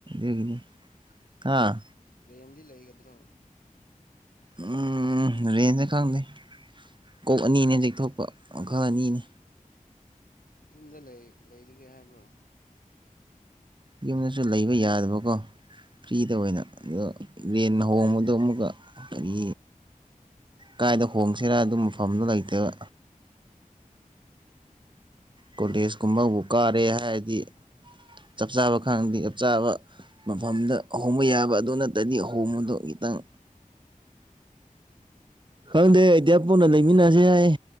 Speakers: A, on the right; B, on the left.
A: ꯦꯒꯅꯤ ꯑꯥ
B: ꯗꯦꯟꯗꯤ ꯂꯩꯒꯗ꯭ꯔꯣ
A: ꯎꯝ ꯔꯦꯟꯖꯇ ꯈꯪꯗꯩ ꯀꯣꯛ ꯑꯅꯤꯅꯦ ꯍꯧꯖꯤꯦꯛ ꯊꯣꯛꯄ ꯃꯈꯜ ꯑꯅꯤꯅꯦ
B: ꯌꯨꯝꯗ ꯂꯩꯔꯤꯒꯦ ꯍꯥꯏꯕ꯭ꯔꯣ
A: ꯌꯨꯝꯗꯁꯨ ꯂꯩꯕ ꯌꯥꯗꯕꯀꯣ ꯐ꯭ꯔꯤꯗ ꯑꯣꯏꯅ ꯑꯣ ꯔꯦꯟꯅ ꯍꯣꯡꯕꯗꯣ ꯑꯃꯨꯛꯀ ꯀꯔꯤ ꯀꯥꯏꯗ ꯍꯣꯡꯁꯤꯔꯥ ꯑꯗꯨ ꯃꯐꯝꯗꯣ ꯂꯩꯇꯕ ꯀꯣꯂꯦꯖ ꯀꯨꯝꯕꯕꯨ ꯀꯥꯔꯦ ꯍꯥꯏꯔꯗꯤ ꯆꯞ ꯆꯥꯕ ꯈꯪꯗꯦ ꯆꯞ ꯆꯥꯕ ꯃꯐꯝꯗ
B: ꯎꯝ
A: ꯑꯍꯣꯡꯕ ꯌꯥꯕ ꯑꯗꯨ ꯅꯠꯇ꯭ꯔꯗꯤ ꯑꯍꯣꯡꯕꯗꯣ ꯈꯤꯇꯪ ꯈꯪꯗꯦ ꯑꯩꯗꯤꯌꯥ ꯄꯨꯟꯅ ꯂꯩꯃꯤꯟꯅꯁ ꯌꯥꯏꯌꯦ